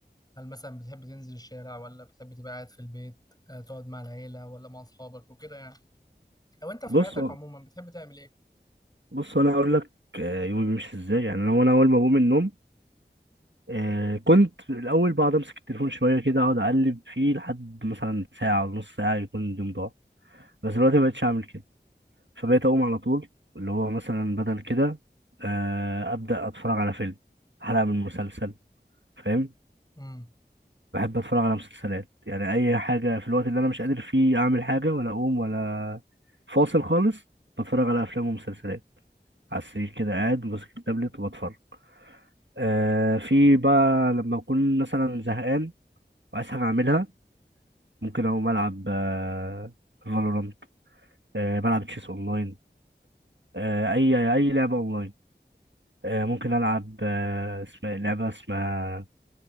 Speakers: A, on the left; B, on the right.
A: هل مثلا بتحب تنزل الشارع ولا بتحب تبقى قاعد في البيت آه تقعد مع العيلة ولا مع أصحابك وكده يعني؟ أو انت في
B: بص
A: حياتك عموما بتحب تعمل ايه؟
B: بص انا هقول لك آه، يومي بيمشي ازاي يعني انا وانا اول ما بقوم من النوم آه، كنت الاول بقعد امسك التليفون شويه كده اقعد اقلب فيه لحد مثلا ساعه ونص ساعه يكون اليوم ضاع بس دلوقتي ما بقتش اعمل كده فبقيت اقوم على طول اللي هو مثلا بدل كده آه، ابدا اتفرج على فيلم حلقه من مسلسل فاهم
A: امم
B: بحب اتفرج على مسلسلات يعني اي حاجه في الوقت اللي انا مش قادر فيه اعمل حاجه ولا اقوم ولا فاصل خالص بتفرج على افلام ومسلسلات على السرير كده قاعد ماسك التابلت وبتفرج آه في بقى لما أكون مثلا زهقان وعايز حاجة أعملها ممكن أقوم ألعب آه فالورانت آه بلعب تشيس أونلاين آه أي أي لعبة أونلاين آه ممكن ألعب آه اسمها لعبة اسمها